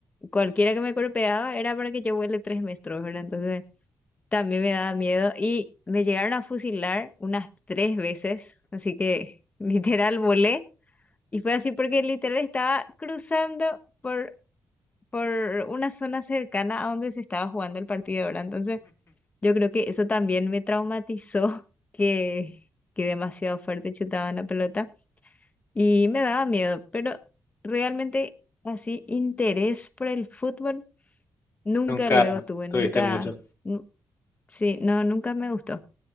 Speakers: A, on the left; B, on the left.
A: cualquiera que me golpeaba era para que yo vuele tres metros, ¿verdad? Entonces también me daba miedo y me llegaron a fusilar unas tres veces, así que <laughs> literal volé y fue así porque literal estaba cruzando por, por una zona cercana a donde se estaba jugando el partido, ¿verdad? Entonces yo creo que eso también me traumatizó, <laughs> que, que demasiado fuerte chutaban la pelota y me daba miedo, pero realmente así interés por el fútbol. Nunca
B: Nunca
A: luego tuve,
B: tuviste
A: nunca,
B: mucho.
A: nu- sí, no, nunca me gustó.